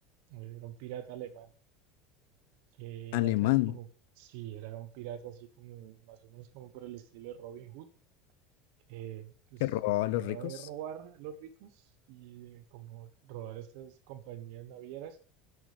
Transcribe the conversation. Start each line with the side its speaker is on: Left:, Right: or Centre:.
Right: era un pirata alemán, que era
Left: Alemán,
Right: casi como, sí, era un pirata así como, más o menos como por el estilo de Robin Hood, que pues,
Left: que robaba
Right: se encargaba
Left: a los ricos.
Right: de robar a los ricos y de como robar estas compañías navieras